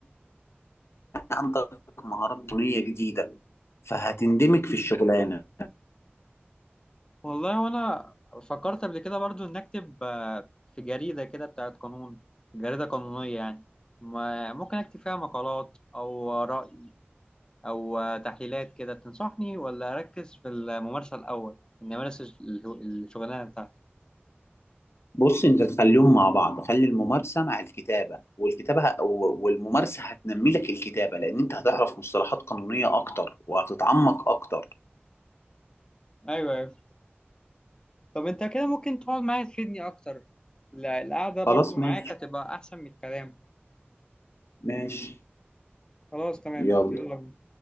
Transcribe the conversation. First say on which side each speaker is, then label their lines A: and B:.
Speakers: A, on the left; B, on the left.
A: عندك مهارات بنية جديدة فهتندمج في الشغلانة
B: والله وانا فكرت قبل كده برضو ان اكتب آه، في جريدة كده بتاعت قانون جريدة قانونية يعني ما ممكن اكتب فيها مقالات او رأي او آه، تحليلات كده تنصحني ولا اركز في الممارسة الاول اني امارس الهو- الشغلانة بتاعتي
A: بص انت تخليهم مع بعض خلي الممارسة مع الكتابة والكتابة ه- و- والممارسة هتنمي لك الكتابة لأن انت هتعرف مصطلحات قانونية أكتر وهتتعمق أكتر
B: ايوه ايوه طب انت كده ممكن تقعد معايا تفيدني اكتر لا القعدة برضو
A: خلاص
B: معاك
A: ماشي
B: هتبقى احسن من الكلام
A: ماشي
B: خلاص تمام
A: يلا
B: يلا بينا